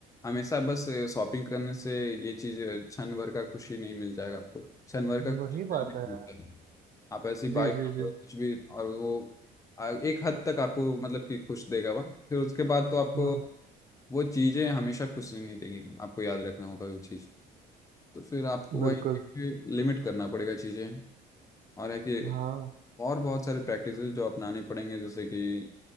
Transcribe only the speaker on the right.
वही
बात
है यार
जी
जी
जी
हम्म
बिल्कुल
हाँ